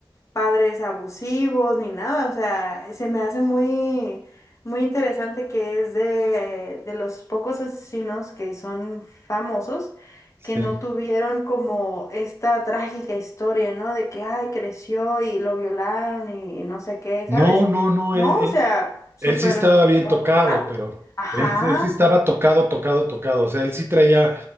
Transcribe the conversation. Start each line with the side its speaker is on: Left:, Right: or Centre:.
Left: padres abusivos ni nada, o sea, se me hace muy, muy interesante que es de, eh, de los pocos asesinos que son famosos,
Right: sí.
Left: que no tuvieron como esta trágica historia, ¿no? De que, ay, creció y lo violaron y no sé qué,
Right: No,
Left: ¿sabes?
Right: no, no,
Left: No,
Right: él, él-
Left: o sea, súper
Right: Él sí estaba bien
Left: normal.
Right: tocado, pero
Left: Ajá,
Right: él, él sí estaba tocado, tocado, tocado. O sea, él sí traía